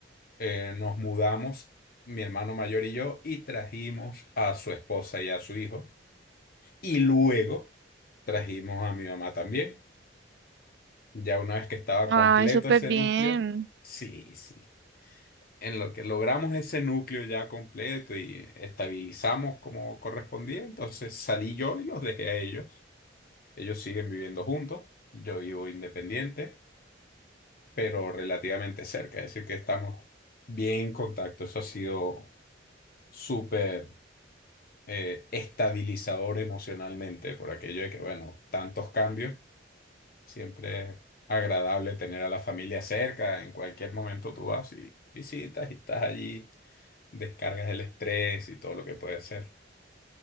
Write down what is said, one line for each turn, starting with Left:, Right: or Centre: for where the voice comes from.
Left: eh, nos mudamos, mi hermano mayor y yo, y trajimos a su esposa y a su hijo. Y luego trajimos a mi mamá también. Ya una vez que estaba
Right: Ay,
Left: completo
Right: súper
Left: ese
Right: bien.
Left: núcleo, sí, sí. En lo que logramos ese núcleo ya completo y estabilizamos como correspondía, entonces salí yo y los dejé a ellos. Ellos siguen viviendo juntos, yo vivo independiente, pero relativamente cerca, es decir, que estamos bien en contacto. Eso ha sido súper eh, estabilizador emocionalmente, por aquello de que, bueno, tantos cambios, siempre es agradable tener a la familia cerca, en cualquier momento tú vas y visitas y estás allí, descargas el estrés y todo lo que puede ser.